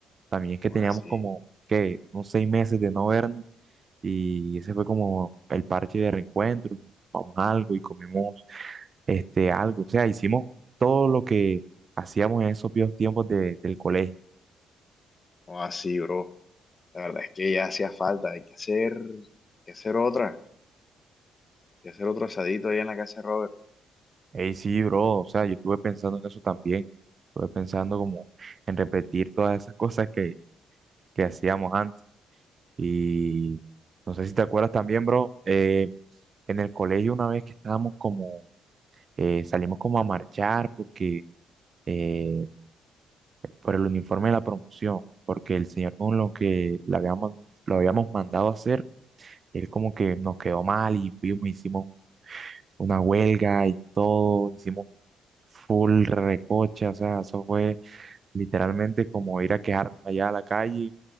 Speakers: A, on the right; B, on the left.
A: También que
B: O
A: teníamos
B: así,
A: como, que Unos seis meses de no vernos y ese fue como el parche de reencuentro. Vamos algo y comimos este, algo. O sea, hicimos todo lo que hacíamos en esos viejos tiempos de- del colegio.
B: o así, bro. La verdad es que ya hacía falta, hay que hacer, que hacer otra, hay que hacer otro asadito ahí en la casa de Robert.
A: Ey, sí, bro, o sea, yo estuve pensando en eso también. Estuve pensando como en repetir todas esas cosas que, que hacíamos antes. Y no sé si te acuerdas también, bro, eh, en el colegio una vez que estábamos como, eh, salimos como a marchar porque eh, por el uniforme de la promoción, porque el señor con lo que le habíamos, lo habíamos mandado a hacer, él como que nos quedó mal y fuimos, hicimos una huelga y todo, hicimos full recocha, o sea, eso fue literalmente como ir a quejarnos allá a la calle